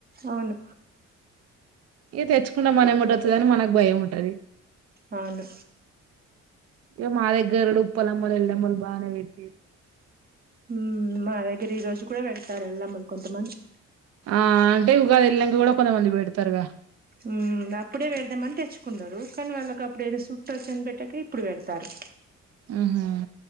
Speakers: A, on the right; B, on the right.
A: అవును
B: ఏ తెచ్చుకుంటా మన ఏముంటతుంద అని మనకు భయం ఉంటది
A: అవును
B: ఇ మా దగ్గరడు ఉప్పలమ్మల్ ఎళ్ళమల్ బానే వెట్టిరు
A: హు మా దగ్గర ఈ రోజు కూడా వెడతారు ఎల్లమ్మలు కొంత మంది
B: ఆ అంటే ఉగాది ఎల్లినాంక కూడా కొంతమంది పెడతారుగా
A: ఉ అప్పుడే పెడదామని తెచ్చుకుంటారు కానీ వాళ్ళకి అప్పుడు ఏదో సుట్టో చని పెట్టక ఇప్పుడు పెడతారు
B: ఉహు